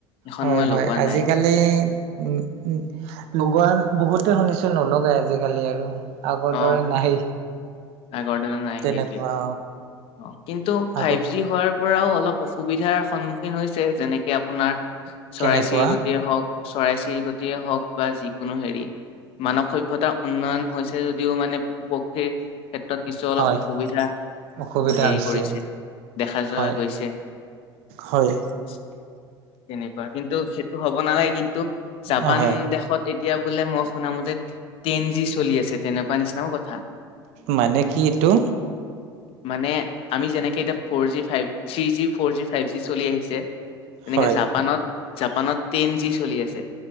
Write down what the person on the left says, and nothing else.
এখন
মই
লগোৱা
নাই
অ
আগৰ দিনা নাই
সেইটোৱে অ কিন্তু ফাইভ
জি হোৱাৰ পৰাও অলপ অসুবিধাৰ সন্মুখীন হৈছে যেনেকে আপোনাৰ চৰাই-চিৰিকতিয়ে
হওঁক চৰাই-চিৰিকতিয়ে হওঁক বা যিকোনো হেৰি মানৱ সভ্যতা উন্নয়ন হৈছে। যদিও মানে পশু-পক্ষীৰ ক্ষেত্ৰত কিছু অলপ
অসুবিধা
হেৰি
কৰিছে দেখা যোৱা
গৈছে।
তেনেকুৱা কিন্তু হ'ব নালাগে কিন্তু জাপান
দেশত এতিয়া বোলে মই শুনামতে টেন জি চলি আছে তেনেকুৱা নিচিনাও কথা।
মানে আমি যেনেকে এতিয়া four G five, three G, four G, five G চলি আহিছে তেনেকে
জাপানত জাপানত টেন জি চলি আছে।